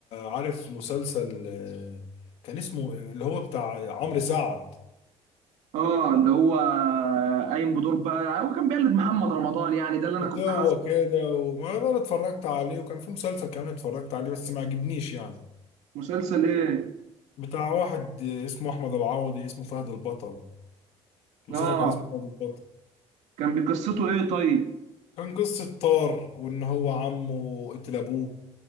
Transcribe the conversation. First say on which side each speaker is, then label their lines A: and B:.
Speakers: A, on the left (about 60°); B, on the right (about 80°).
A: عارف مسلسل آه، كان اسمه اللي هو بتاع عمرو سعد
B: اه اللي هو قايم بدور بقى هو كان بيقلد محمد رمضان يعني ده اللي انا كنت
A: هو
B: حاسه
A: كده وما انا اتفرجت عليه وكان في مسلسل كمان اتفرجت عليه بس ما عجبنيش يعني
B: مسلسل ايه
A: بتاع واحد آه، اسمه احمد العوضي اسمه فهد البطل المسلسل
B: اه
A: كان اسمه فهد البطل
B: كان بقصته ايه طيب
A: كان قصة طار وان هو عمه قتل ابوه